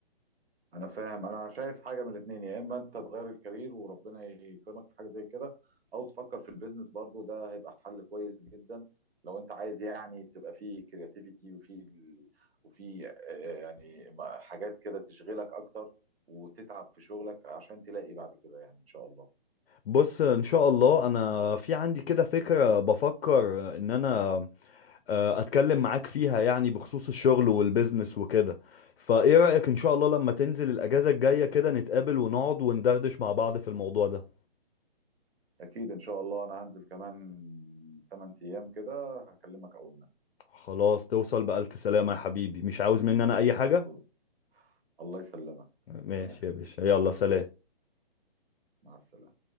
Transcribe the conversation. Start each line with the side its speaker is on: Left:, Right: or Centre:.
Right: انا فاهم انا شايف حاجه من الاثنين يا اما انت تغير الكارير وربنا يكرمك في حاجه زي كده او تفكر في البيزنس برضو ده هيبقى حل كويس جدا لو انت عايز يعني تبقى فيه كرياتيفيتي وفي ال... وفي آه، يعني ما- حاجات كده تشغلك اكتر وتتعب في شغلك عشان تلاقي بعد كده يعني ان شاء الله
Left: بص ان شاء الله انا في عندي كده فكره بفكر ان انا آه، اتكلم معاك فيها يعني بخصوص الشغل والبيزنس وكده فايه رايك ان شاء الله لما تنزل الاجازه الجايه كده نتقابل ونقعد وندردش مع بعض في الموضوع ده
Right: اكيد ان شاء الله انا هنزل كمان 8 ايام كده هكلمك اول ما انزل
Left: خلاص توصل بألف سلامة يا حبيبي مش عاوز مني أنا أي حاجة
Right: الله الله يسلمك
Left: ماشي
Right: ربنا يخليك
Left: يا باشا يلا سلام
Right: مع السلامه